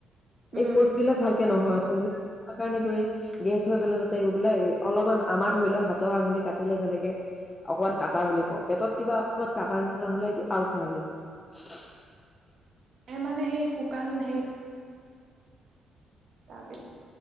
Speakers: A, on the right; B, on the left.
A: উম
B: এই শৌচবিলাক ভালকে নহয়। শৌচবিলাক কাৰণে গৈ গেছ হয় পেলা গৈ পেলাই অলপমান আমাৰ ধৰি লও হাতৰ আঙুলি কাটিলে যেনেকে অকমান কাটা বুলি কওঁ। পেটত কিবা অকণমান কটাৰ নিচিনা হলে এইটো আলচাৰ বুলি কয়।
A: মানে সেই শুকান সেই তাৰ পিছ